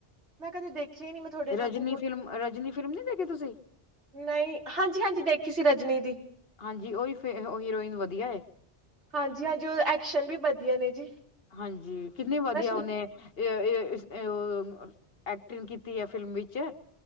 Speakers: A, on the right (about 90°); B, on the left (about 60°).
A: ਮੈਂ ਕਦੇ ਦੇਖਿਆ ਹੀ ਨੀ ਮੈਂ ਤੁਹਾਡੇ ਨਾਮ
B: ਰਜਨੀ ਫਿਲਮ ਰਜਨੀ ਫਿਲਮ ਨੀ ਦੇਖੀ ਤੁਸੀਂ?
A: ਨਈ -ਹਾਂਜੀ, ਹਾਂਜੀ ਦੇਖੀ ਸੀ ਰਜਨੀ ਦੀ।
B: ਹਾਂਜੀ ਉਹੀ ਫੇ ਹੀਰੋਇਨ ਵਧੀਆ।
A: ਹਾਂਜੀ-ਹਾਂਜੀ ਉਹ ਐਕਸ਼ਨ ਵਧੀਆ ਨੇ ਜੀ।
B: ਹਾਂਜੀ ਕਿੰਨੀ ਵਧੀਆ
A: ਰਜਨੀ
B: ਉਹਨੇ ਏ ਏ ਉਹ ਐਕਟਿੰਗ ਕੀਤੀ ਆ ਫਿਲਮ ਵਿੱਚ।